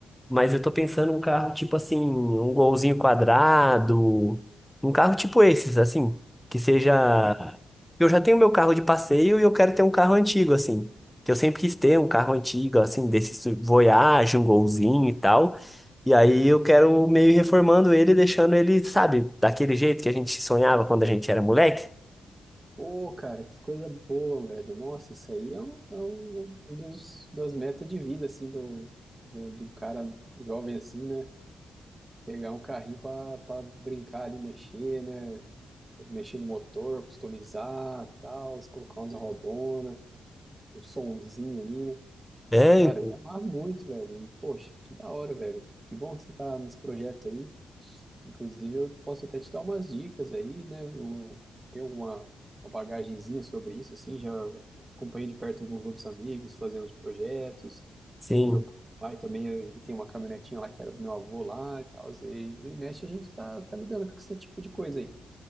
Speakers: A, in the centre; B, on the right.
A: Mas eu tô pensando um carro tipo assim, um golzinho quadrado, um carro tipo esses, assim, que seja.
B: Opa,
A: Eu já tenho meu carro de passeio e eu quero ter um carro antigo, assim. Que eu sempre quis ter um carro antigo, assim, desse Voyage, um golzinho e tal. E aí eu quero meio reformando ele, deixando ele, sabe, daquele jeito que a gente sonhava quando a gente era moleque.
B: ô, cara, que coisa boa, velho. Nossa, isso aí é um, é um um dos, das metas de vida, assim, do, do, de um cara jovem, assim, né? Pegar um carrinho pra, pra brincar ali, mexer, né? Mexer no motor, customizar, tal, colocar umas rodona, um sonzinho ali, né?
A: É,
B: Cara,
A: então,
B: eu me amarro muito, velho. E, poxa, que da hora, velho. Que bom que você tá nesse projeto aí. Inclusive, eu posso até te dar umas dicas aí, né? Eu tenho uma, uma bagagenzinha sobre isso, assim, já acompanhei de perto alguns outros amigos fazendo os projetos.
A: sim.
B: Meu pai também, ele tem uma caminhonetinha lá que era do meu avô lá e tal. E vira e mexe, a gente tá, tá lidando com esse tipo de coisa aí.